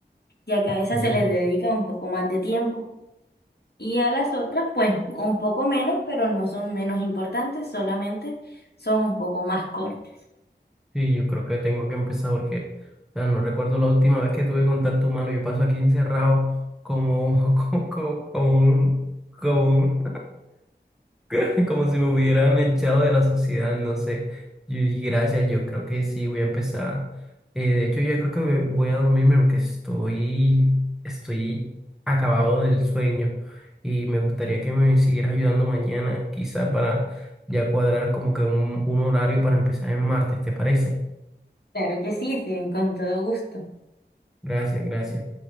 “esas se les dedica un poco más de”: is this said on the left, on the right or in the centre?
Left